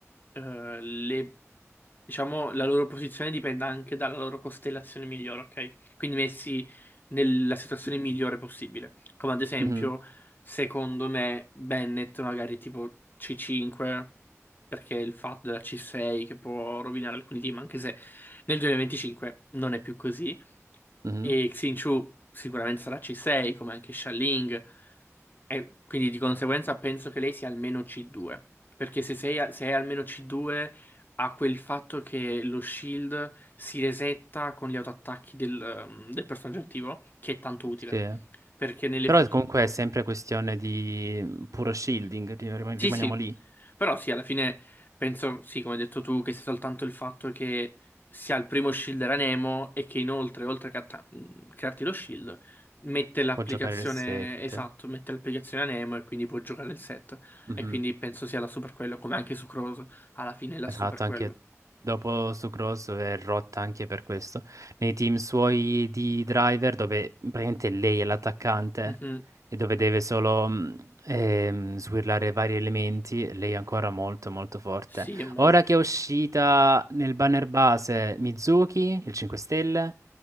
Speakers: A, on the left (about 40°); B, on the right (about 80°).
A: eh, le diciamo, la loro posizione dipende anche dalla loro costellazione migliore, ok? Quindi messi nella situazione migliore possibile. Come ad esempio,
B: Mhm,
A: secondo me, Bennett magari tipo C5, perché il fatto della C6 che può rovinare alcuni team, anche se nel 2025 non è più così.
B: mhm,
A: E Xin Chu sicuramente sarà C6, come anche Sha Ling. E quindi di conseguenza penso che lei sia almeno C2, perché se, sei a- se è almeno C2 ha quel fatto che lo shield si resetta con gli autoattacchi del, ehm, del personaggio attivo, che è tanto utile,
B: Sì.
A: perché nell'effettivo...
B: Però è- comunque è sempre questione di mm, puro shielding, rim- rim-
A: Sì,
B: rimaniamo
A: sì,
B: lì,
A: però sì, alla fine penso, sì, come hai detto tu, che sia soltanto il fatto che sia il primo shield era Nemo e che inoltre, oltre che a ta- mh, crearti lo shield, mette l'applicazione,
B: può giocare il set.
A: esatto, mette l'applicazione a Nemo e quindi può giocare il set.
B: Mhm,
A: E quindi penso sia la super quello, come anche su Cross, alla fine è la
B: Esatto,
A: super quello.
B: anche dopo su Cross è rotta anche per questo. Nei team suoi di driver, dove praticamente lei è l'attaccante
A: Mhm.
B: e dove deve solo mm, ehm, swirlare vari elementi, lei è ancora molto molto forte.
A: Sì, è molto.
B: Ora che è uscita nel banner base Mizuki, il 5 stelle,